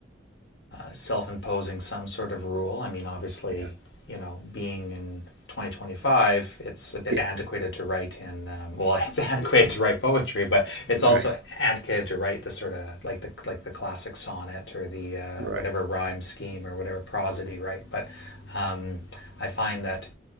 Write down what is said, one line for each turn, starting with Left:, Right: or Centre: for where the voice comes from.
Left: self-imposing some sort of rule. I mean, obviously,
Right: Yeah.
Left: you know, being in 2025, it's a bit
Right: Yeah.
Left: antiquated
Right: <laughs>
Left: to write in. Um, well, <laughs> it's antiquated to write poetry, but it's
Right: Right.
Left: also antiquated to write the sort of like the like the classic sonnet or the uh,
Right: Right.
Left: whatever rhyme scheme or whatever prosody, right? But um, I find that